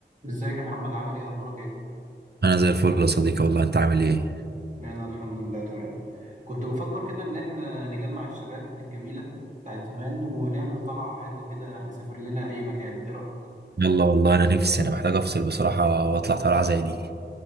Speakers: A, on the right; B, on the right.
A: ازيك يا محمد عامل ايه اخبارك ايه
B: انا زي الفل يا صديقي والله انت عامل ايه
A: أنا الحمد لله تمام كنت بفكر كده ان احنا نجمع الشباب الجميله بتاعت زمان ونعمل طلعه حلوه كده نسافر لنا اي مكان ايه رايك
B: يلا والله انا نفسي انا محتاج افصل بصراحه واطلع طلعه زي دي